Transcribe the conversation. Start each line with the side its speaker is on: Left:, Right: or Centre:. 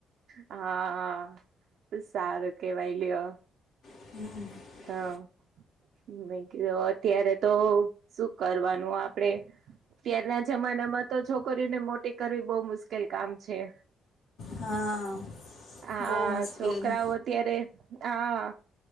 Right: હા સારું કેવાય લ્યો.
Left: <inaudible>
Right: અ અત્યારે તો શું કરવાનું આપડે. અત્યારના જમાનામાં તો છોકરીઓને મોટી કરવી બહુ મુશ્કેલ કામ છે.
Left: હા.
Right: હા
Left: બહુ મુશ્કેલી
Right: છોકરાઓ અત્યારે હા.